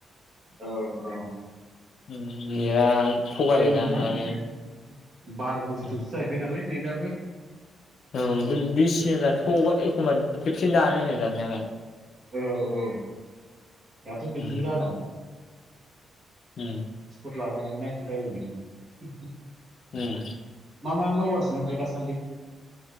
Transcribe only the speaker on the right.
औ औ।
जेबो नङालै
बार बुस्थुसो
जाहैबाय नालाय नेटआबो।
औ औ दाथ' बिदिनो
जादों।
<unintelligible>
मा मा मावगासिनो ओमफाय दासान्दै?